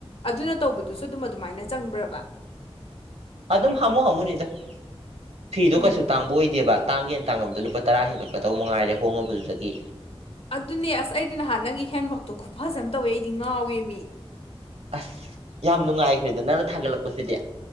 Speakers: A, on the left; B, on the right.
A: ꯑꯗꯨꯅ ꯇꯧꯕꯗꯨꯁꯨ ꯑꯗꯨꯝ ꯑꯗꯨꯃꯥꯏꯅ ꯆꯪꯕ꯭ꯔꯕ
B: ꯑꯗꯨꯝ ꯍꯥꯝꯃꯨ ꯍꯥꯝꯃꯨꯅꯤꯗ ꯐꯤꯗꯣ
A: ꯎꯝ
B: ꯀꯩꯁꯨ ꯇꯥꯡꯕ ꯑꯣꯏꯗꯦꯕ ꯇꯥꯡꯒꯦꯅ ꯇꯥꯡꯉꯕꯗ ꯂꯨꯄꯥ ꯇꯔꯥ ꯍꯦꯟꯒꯠꯀꯗꯧꯕ ꯃꯉꯥꯏꯔꯦ ꯍꯣꯡꯉꯕꯗꯨꯗꯒꯤ
A: ꯑꯗꯨꯅꯦ ꯑꯁ ꯑꯩꯗꯤ ꯅꯍꯥꯟ ꯅꯪꯒꯤ ꯍꯦꯟꯋꯥꯛꯇ‌ꯣ ꯈꯨꯐꯖ ꯃ‌ ꯇꯩꯏ ꯑꯩꯗꯤ ꯉꯥꯎꯏꯃ‌ꯦ
B: ꯑꯁ ꯌꯥꯝ ꯅꯨꯡꯉꯥꯏꯒ꯭ꯔꯦꯗ ꯅꯪꯅ ꯊꯥꯒꯠꯂꯛꯄꯁꯤꯗꯤ